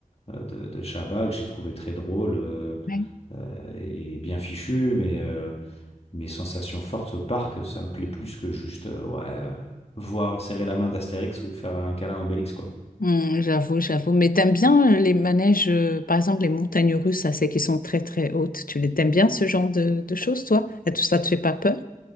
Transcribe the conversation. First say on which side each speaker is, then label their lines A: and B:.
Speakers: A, on the left (about 45°); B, on the left (about 75°).
A: euh, de, de Chabat que j'ai trouvé très drôle euh,
B: Ouais.
A: euh, et bien fichu, mais euh, mes sensations fortes au parc, ça me plaît plus que juste euh, ouais, euh, voir serrer la main d'Astérix ou faire un câlin à Obélix, quoi.
B: Mm, j'avoue, j'avoue. Mais t'aimes bien euh, les manèges, euh, par exemple les montagnes russes, ça, c'est qui sont très très hautes. Tu les t'aimes bien ce genre de, de choses, toi? Et tout ça te fait pas peur?